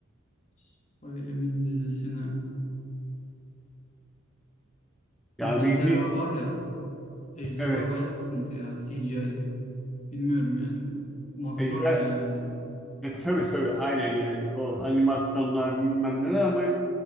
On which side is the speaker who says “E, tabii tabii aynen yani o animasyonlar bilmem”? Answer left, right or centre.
Centre